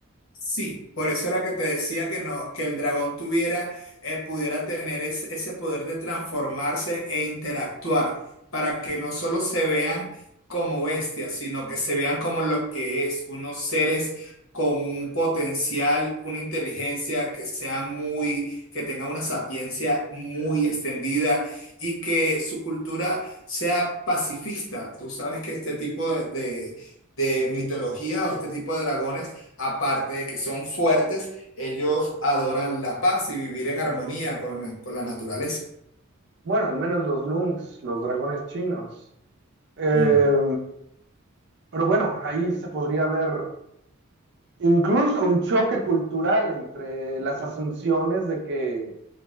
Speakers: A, on the left; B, on the right.
A: Sí, por eso era que te decía que no, que el dragón tuviera, eh, pudiera tener es- ese poder de transformarse e interactuar, para que no solo se vean como bestias, sino que se vean como lo que es, unos seres con un potencial, una inteligencia que sea muy, que tenga una sapiencia muy extendida y que su cultura sea pacifista. Tú sabes que este tipo de, de de mitología o este tipo de dragones Aparte de que son fuertes, ellos adoran la paz y vivir en armonía con, con la naturaleza.
B: Bueno, al menos los Lungs, los dragones chinos. Eh,
A: Mm.
B: pero bueno, ahí se podría ver incluso un choque cultural entre las asunciones de que